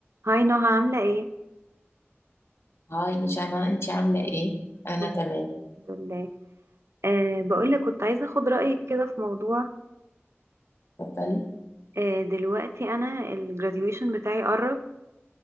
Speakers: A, on the right; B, on the left.
A: هاي نهى عاملة ايه؟
B: هاي جانا انت عاملة ايه؟ انا
A: كله
B: تمام
A: الحمد لله أه بقولك كنت عايزة اخد رأيك كده في موضوع
B: اتفضلي
A: أه دلوقتي انا الجراديويشن بتاعي قرب